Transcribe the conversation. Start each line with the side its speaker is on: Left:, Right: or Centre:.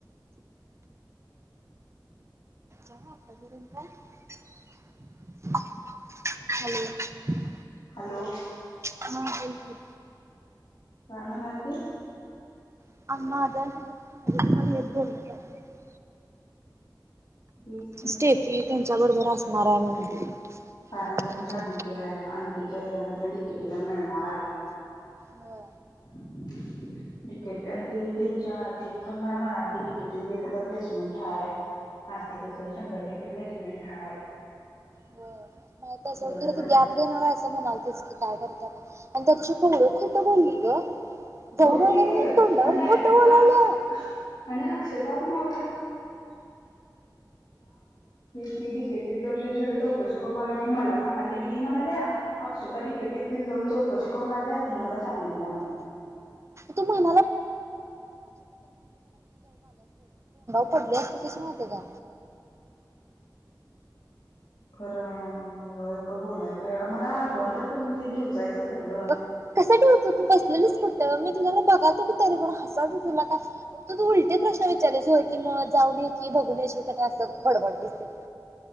Right: आहो आत्ता करून काय- हॅलो-
Left: हॅलो
Right: हा बिलकुल
Left: काय म्हणाल ते
Right: अ्झझ बोलण्यात झालं
Left: तीच
Right: स्टेफी त्यांच्या बरोबर असणार आहे म्हणून
Left: कारण त्यांच्या
Right: अजून.
Left: अंटी आहे, अंटीच्या हेज्यान तिला डि के टी ला मिळणार हाय.
Right: होय
Left: <inaudible> डि के ट आणि ते त्यांच्या ती पण मला म्हणाली की, डि के टी त गेलं तर प्लेसमेंट हाय. आसतय तस शंभर टक्के ब्लेशमेंन्ट हाय.
Right: बर माह तस
Left: बरं
Right: तर
Left: बरं
Right: ती अँप तू ते नव्ह असं म्हणालतीस की काय करता कुणा आणि त्या दिवशी केव्हढ खोट बोलली गं जाऊन
Left: बघ की
Right: आलोय म्हणून
Left: आणि
Right: तोंडावर
Left: डायरेक्ट
Right: खोट बोलल्या.
Left: टाक आणि अक्षतावर ना- ती ती डी के टीत जाऊनतेन सगळ चौकशी करून आल्या म्हणून मला सांगालती आणि ही म्हणाल्या- अक्षता डि के टी तीन जाऊन चौकशी करून आल्या तिन मला सांगितल्या म्हण-
Right: तू म्हण- पडली असतीस कशी माहितेय काय.
Left: खरं अं होय गं बोलाय पाय मला आठवण तर करून दि डिवचायचं- तर ग
Right: अंग कस डिवचू तू बसलेलीस कुठ मी तुझ्याकडे बघालतो की तरी पण हासलतो तुला का- ऊगच तू उलटी प्रश्न विचारलेस होय की मग, जाऊन येकी, बघुन येशील काय नाय, असं बडबडलीस तेन-